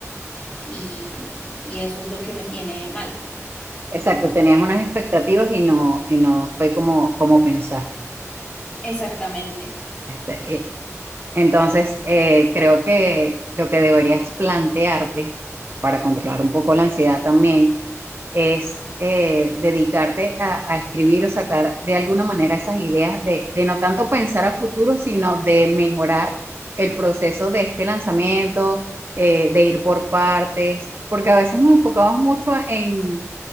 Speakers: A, on the left; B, on the right.
A: y, y eso es lo que me tiene mal.
B: Exacto, tenías unas expectativas y no, y no fue como, como pensaste.
A: Exactamente.
B: Eh, Entonces, eh, creo que lo que deberías plantearte para controlar un poco la ansiedad también es eh, dedicarte a, a escribir o sacar de alguna manera esas ideas de, de no tanto pensar a futuro, sino de mejorar el proceso de este lanzamiento, eh, de ir por partes, porque a veces nos enfocamos mucho en,